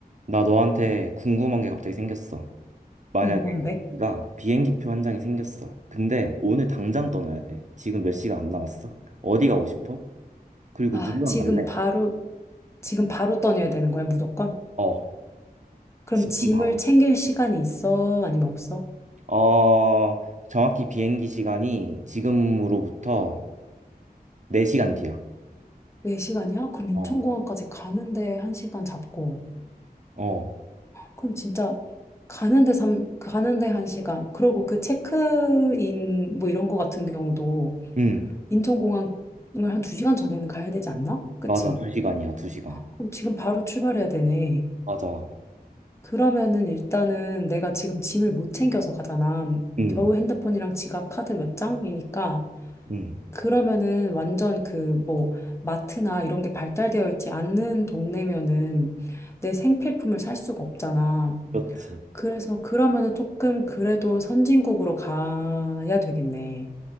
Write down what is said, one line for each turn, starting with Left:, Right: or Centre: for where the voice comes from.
Right: 나 너한테 궁금한 게 갑자기 생겼어. 만약에
Left: 응, 뭔데?
Right: 네가 비행기표 한 장이 생겼어. 근데 오늘 당장 떠나야 돼. 지금 몇 시간 안 남았어? 어디 가고 싶어? 그리고
Left: 아,
Right: 누구랑
Left: 지금
Right: 갈래?
Left: 바로, 지금 바로 떠내야 되는 거야, 무조건?
Right: 어,
Left: 그럼
Right: 지금
Left: 짐을
Right: 바로.
Left: 챙길 시간이 있어? 아니면 없어?
Right: 어, 정확히 비행기 시간이 지금으로부터 4시간 뒤야.
Left: 네시간이야 그럼 인천공항까지
Right: 어.
Left: 가는데 한시간 잡고.
Right: 어,
Left: 그럼 진짜 가는데 삼 가는데 한시간 그리고 그 체크인 뭐 이런 거 같은 경우도
Right: 응,
Left: 인천공항을 한 두시간 전에는 가야 되지 않나? 그치?
Right: 맞아. 2시간이야, 2시간.
Left: 그럼 지금 바로 출발해야 되네.
Right: 맞아.
Left: 그러면은 일단은 내가 지금 짐을 못 챙겨서 가잖아.
Right: 응,
Left: 겨우 핸드폰이랑 지갑, 카드 몇 장이니까.
Right: 응,
Left: 그러면은 완전 그 뭐 마트나 이런 게 발달되어 있지 않는 동네면은 내 생필품을 살 수가 없잖아.
Right: 그렇지.
Left: 그래서 그러면은 조금 그래도 선진국으로 가야 되겠네.